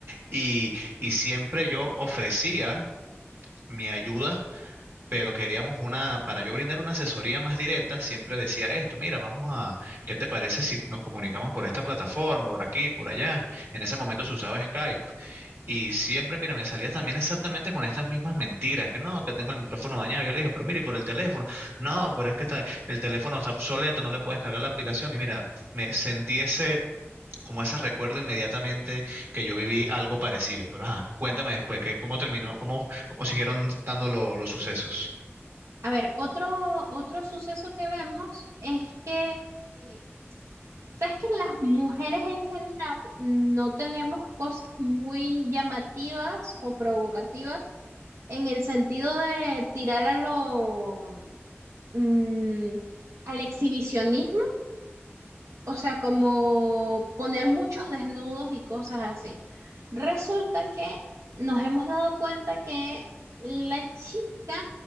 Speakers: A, on the right (about 55°); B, on the right (about 90°).
A: Y, y siempre yo ofrecía mi ayuda pero queríamos una, para yo brindar una asesoría más directa, siempre decía esto, mira, vamos a, ¿qué te parece si nos comunicamos por esta plataforma, por aquí, por allá? En ese momento se usaba Skype y siempre, mira, me salía también exactamente con estas mismas mentiras, que no, que tengo el micrófono dañado. Yo le dije, pero mira, y por el teléfono, no, pero es que está- el teléfono está obsoleto, no le puedes cargar la aplicación y mira, me sentí ese... como ese recuerdo inmediatamente que yo viví algo parecido. Pero ajá, cuéntame después, que, ¿cómo terminó? ¿Cómo, cómo siguieron dando lo- los sucesos?
B: A ver, otro, otro suceso que vemos es que, eh, ¿sabes que las mujeres en general no tenemos cosas muy llamativas o provocativas en el sentido de tirar a lo, mm, al exhibicionismo? o sea, como poner muchos desnudos y cosas así. Resulta que nos hemos dado cuenta que la chica